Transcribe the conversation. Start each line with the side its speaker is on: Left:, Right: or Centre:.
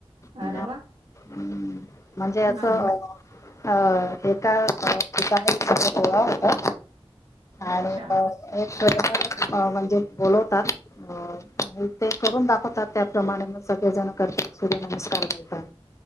Left: ह्
Right: अरे वा
Left: म्हणजे असं.
Right: आम
Left: अ एका ठिकाणी गोळा होता. आणि
Right: अच्छा
Left: एक म्हणजे बोलवतात अ. ते करून दाखवतात त्याप्रमाणे मग सगळे जण करतात सूर्यनमस्कार घालतात.